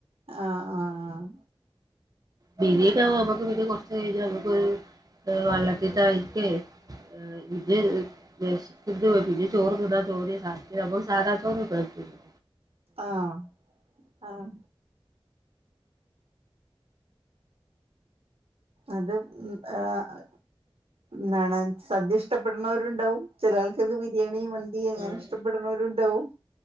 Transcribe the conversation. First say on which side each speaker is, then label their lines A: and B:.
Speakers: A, on the right (about 80°); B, on the right (about 40°).
A: ആഹ് ആഹ്
B: ബിരീണി ആവ്മ്പം അമ്മക്ക് പിന്നെ കൊറച്ചഴിഞ്ഞാ അമ്മക്കൊരു വള്ളത്തിൻ ദാഹിക്കേ ആഹ് ഇത് വെശ്ക്കുന്നു പിന്നേം ചോറ് തിന്നാൻ തോന്നിയ <unintelligible> അമ്മള് സാധാ ചോറ് തിന്നാൻ തോന്നും.
A: ആഹ് ആഹ് അത് ഉം ആഹ് ന്താണ് സദ്യ ഇഷ്ടപ്പെടുന്നവരുണ്ടാവും ചെല ആൾക്കാർക്ക് ബിരിയാണി മന്തി അങ്ങനെ
B: ആഹ്
A: ഇഷ്ടപ്പെടുന്നവരുണ്ടാവും.